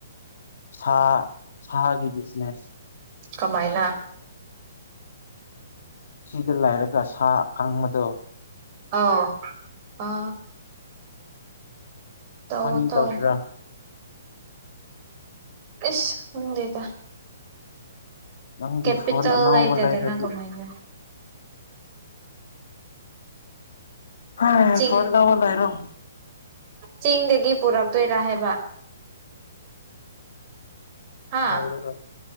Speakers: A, on the left; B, on the right.
A: ꯁꯥ ꯁꯥꯒꯤ ꯕꯤꯖꯤꯅꯦꯁ
B: ꯀꯃꯥꯏꯅ
A: ꯆꯗ ꯂꯥꯏꯔꯒ ꯁꯥ ꯀꯥꯡꯪꯕꯗꯣ
B: ꯑꯣ ꯑ ꯇꯧ
A: ꯃꯅꯤ
B: ꯇꯧ
A: ꯀꯧꯁꯤ꯭ꯔꯥ
B: ꯏꯁ ꯍꯗꯗ
A: ꯅꯪꯗꯤ
B: ꯀꯦꯄꯤꯇꯜ
A: ꯐꯣꯟ ꯑꯅꯧꯕ
B: ꯑꯇꯗꯅ
A: ꯂꯩꯔꯗꯤ
B: ꯀꯃꯥꯏꯗꯦ
A: ꯍ
B: ꯆꯤꯡ
A: ꯐꯣꯟꯗꯕꯣꯂꯦꯔꯣ
B: ꯆꯤꯡꯗꯒꯤ ꯄꯨꯔꯛꯇꯣꯏꯔ ꯍꯥꯏꯕ ꯍꯥ
A: ꯂꯩꯔꯒ